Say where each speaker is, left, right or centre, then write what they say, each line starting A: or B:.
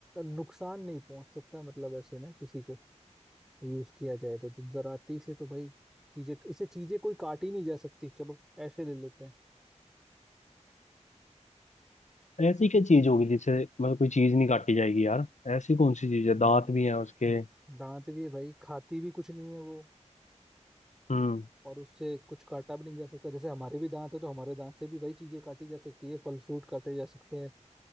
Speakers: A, in the centre; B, on the left (about 75°).
A: नुकसान नहीं पहुंच सकता मतलब ऐसे ना किसी को यूज किया जाए तो, तो डराती से तो भाई चीजें इसे चीजें कोई काटी नहीं जा सकती चलो ऐसे ले लेते हैं
B: ऐसी क्या चीज होगी जिससे मतलब कोई चीज नहीं काटी जाएगी यार ऐसी कौन सी चीज है
A: हम्म
B: दांत भी हैं उसके
A: दांत भी है भाई खाती भी कुछ नहीं है वो
B: हम्म
A: और उससे कुछ काटा भी नहीं जा सकता जैसे हमारे भी दांत है तो हमारे दांत से भी भाई चीजें काटी जा सकती है फल फ्रूट काटे जा सकते हैं